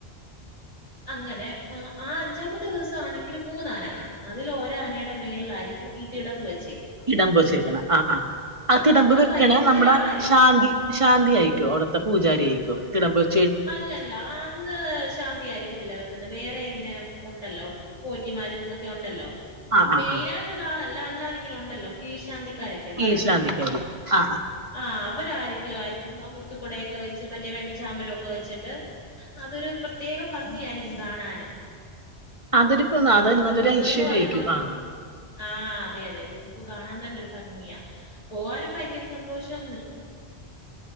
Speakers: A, on the left; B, on the right.
A: അങ്ങനെ ആഹ് അഞ്ചാമത്തെ ദിവസണെങ്കിൽ മൂന്ന് ആന കാണും അതിൽ ഒരാനെടെ മേളിലായിരിക്കും ഈ തിടമ്പ് വെ
B: ഇടം പോച്ചേക്ക്ണെ ആഹ് ആഹ് അത്തി
A: ആഹ്
B: ഡമ്പ്
A: അന്ന്
B: വെക്കണ
A: ഭയങ്കര
B: നമ്മുടെ
A: ആളായിരിക്കും
B: ശാന്തി ശാന്തിയായിട്ട് അവിടത്ത പൂജാരിആയിരിക്കൊ തിടംമ്പ് <unintelligible>
A: അല്ലല്ല അന്ന് ശാന്തി ആയിരിക്കത്തില്ല വെക്കുന്നെ വേറെ ഇങ്ങനെ ഉണ്ടല്ലോ പോറ്റിമാരും ഒക്കെ ഒണ്ടല്ലോ
B: ആ ആ
A: മെയിനായിട്ടുള്ള
B: ആ
A: ആള അല്ലാതിങ്ങനെ ഉണ്ടല്ലോ കീഴ് ശാന്തി <unintelligible> പറയത്തില്ലെ
B: ഈ ശാന്തിക്കാരി
A: അങ്ങനെ
B: ആ
A: ആ അവരാരെങ്കിലും ആയിരിക്കും മുത്തു കുടയൊക്കെ വെച്ച് മറ്റേ വെചാമരം വെച്ചിട്ട് അതൊരു പ്രത്യേക ഭംഗിയായിരിക്കും കാണാന്
B: അതൊരു ഇപ്പൊ അതന്നെ
A: നമു‌ക്കി
B: നല്ലൊരു
A: ഉത്സവംന്ന്
B: ഐശ്വര്യം
A: പറയുമ്പം
B: ആയിരിക്കും ആ
A: ആഹ അതെ അതെ നമുക്ക് കാണാൻ തന്നെ ഒരു ഭംഗിയ പോകാനും ഭയങ്കര സന്തോഷം